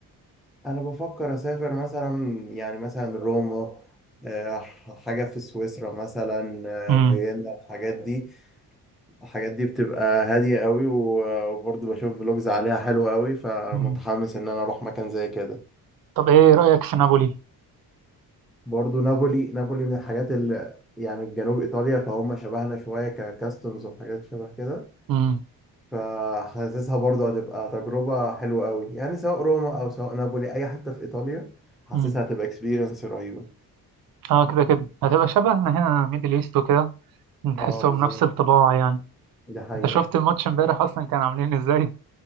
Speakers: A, in the centre; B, on the right.
A: انا بفكر اسافر مثلا يعني مثلا روما آه، حاجة في سويسرا مثلا
B: مم.
A: آه، فيينا الحاجات دي الحاجات دي بتبقى هادية قوي و- وبرضه بشوف فلوجز عليها حلوة قوي فمتحمس
B: مم.
A: ان انا اروح مكان زي كده
B: طب إيه رأيك في نابولي؟
A: برضه نابولي نابولي من الحاجات اللي يعني جنوب ايطاليا فهم شبهنا شوية ككاستمز وحاجات شبه كده
B: مم.
A: فحاسسها برضه هتبقى تجربة حلوة قوي يعني سواء روما أو سواء نابولي أي حتة في إيطاليا حاسسها
B: مم.
A: هتبقى اكسبيرينس رهيبة
B: آه كده كده هتبقى شبهنا هنا ميدل إيست وكده تحسهم
A: اه بالظبط
B: نفس الطباع يعني
A: دي حقيقة
B: أنت شفت الماتش امبارح أصلا كان عاملين إزاي؟